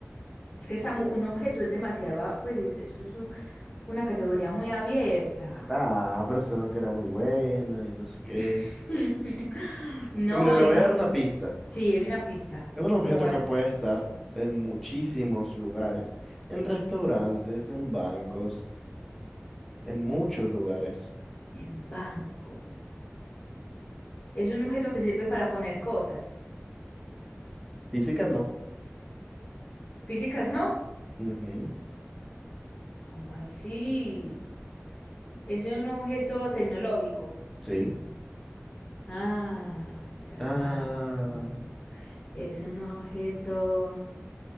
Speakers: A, on the left; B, in the centre.
A: es que está mu- un objeto es demasiado, a- pues es, eso es u- una categoría muy abierta.
B: Ah, pero usted no que era muy buena y no sé
A: <laughs>
B: qué.
A: No,
B: Pues mire, le
A: digan,
B: voy a dar una pista.
A: sí, deme una pista.
B: Es un objeto
A: Como cuál?
B: que puede estar en muchísimos lugares. En restaurantes, en bancos, en muchos lugares.
A: En banco. Es un objeto que sirve para poner cosas.
B: Física no.
A: Físicas, ¿no?
B: Ujú,
A: ¿Cómo así? Es un objeto tecnológico.
B: Sí.
A: Ah, ya.
B: Ah,
A: Mm. Es un objeto